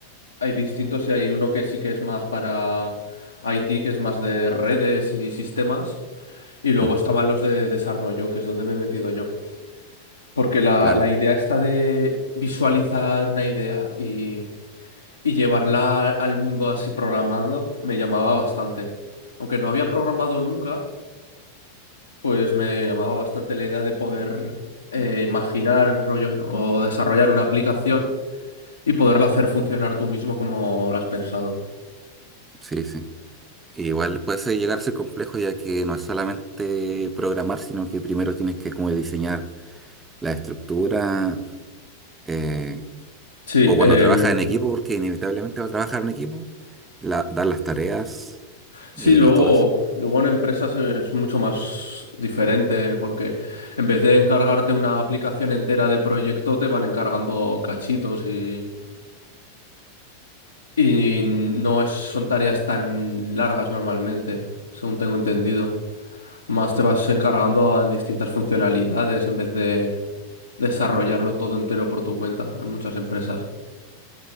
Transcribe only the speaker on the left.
Hay distintos y hay uno que sí que es más para IT, que es más de redes y sistemas. Y luego
estaban los de desarrollo, que es donde me he metido yo. Porque la,
la idea está de visualizar una idea y, y llevarla al mundo así programando, me llamaba bastante. Aunque no había programado nunca, pues me llamaba bastante la idea de poder eh, imaginar rollo, o desarrollar una aplicación y poderla hacer funcionar tú mismo como la has pensado.
Sí,
em,
Sí,
luego,
luego en empresas es mucho más diferente porque en vez de encargarte una aplicación entera de proyecto, te van encargando cachitos y, y no es, son tareas tan largas normalmente, según tengo entendido. Más te vas encargando en distintas funcionalidades en vez de desarrollarlo todo entero por tu cuenta en muchas empresas.